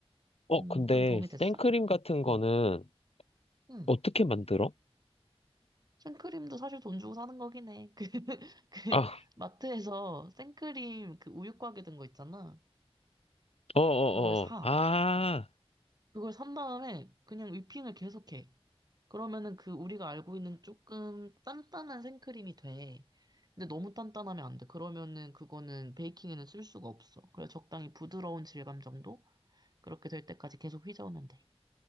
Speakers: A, on the left; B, on the right.
A: 어,
B: 음,
A: 근데
B: 좀 도움이 됐어?
A: 생크림 같은 거는
B: 응. 응.
A: 어떻게 만들어?
B: 생크림도 사실 돈 주고 사는 거긴 해. <laughs> 그, 그,
A: 아,
B: 마트에서 생크림 그 우유 곽에 든 거 있잖아.
A: 어어어.
B: 그걸 사.
A: 아,
B: 그걸 산 다음에 그냥 whipping을 계속해. 그러면은 그 우리가 알고 있는 조금 단단한 생크림이 돼. 근데 너무 단단하면 안 돼. 그러면은 그거는 베이킹에는 쓸 수가 없어. 그래, 적당히 부드러운 질감 정도? 그렇게 될 때까지 계속 휘저으면 돼.